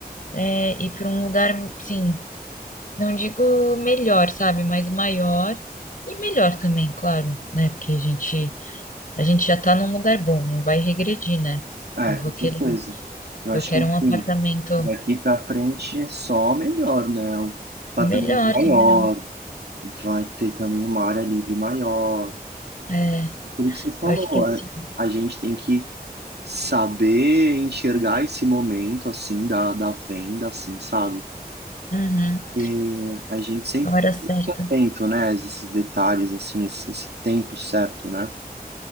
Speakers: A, on the left (about 55°); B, on the right (about 90°).
A: é, ir para um lugar, sim não digo melhor, sabe, mas maior e melhor também, claro, né? Porque a gente a gente já tá num lugar bom, não vai regredir, né?
B: Ah,
A: Eu
B: é,
A: vou
B: com
A: querer,
B: certeza. Eu
A: eu
B: acho
A: quero
B: que assim,
A: um apartamento
B: daqui pra frente é só melhor, né? O patamar
A: melhor,
B: é maior,
A: tá melhor.
B: vai ter também uma área livre maior.
A: É,
B: Aquilo que você falou,
A: acho que é assim.
B: a, a gente tem que saber enxergar esse momento, assim, da, da venda, assim, sabe?
A: Uhum,
B: E a gente sempre
A: a hora
B: fica
A: certa.
B: atento, né? a Esses detalhes, assim, esse, esse tempo certo, né?